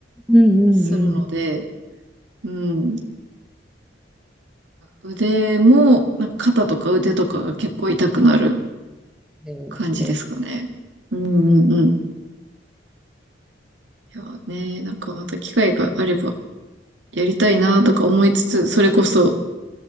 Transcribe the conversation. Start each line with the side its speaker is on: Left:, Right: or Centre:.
Centre: うんうんうん。
Right: するので、うん、腕も、なんか肩とか腕とかが結構痛くなる
Centre: で、
Right: 感じですかね。
Centre: で
Right: うんうんうん。いやね、なんかまた機会があればやりたいなとか思いつつ、それこそ、